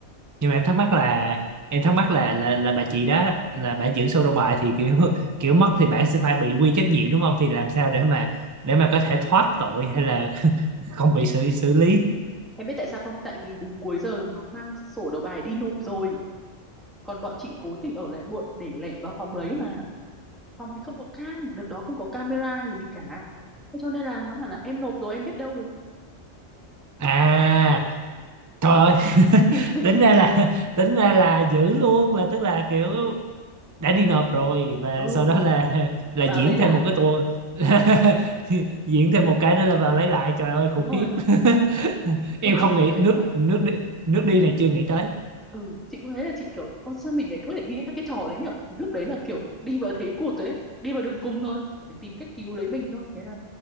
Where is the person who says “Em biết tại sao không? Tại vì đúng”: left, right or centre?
Centre